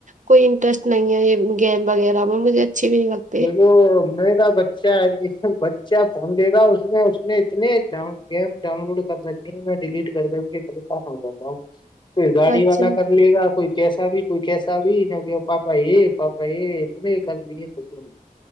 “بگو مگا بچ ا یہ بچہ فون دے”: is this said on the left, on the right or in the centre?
Left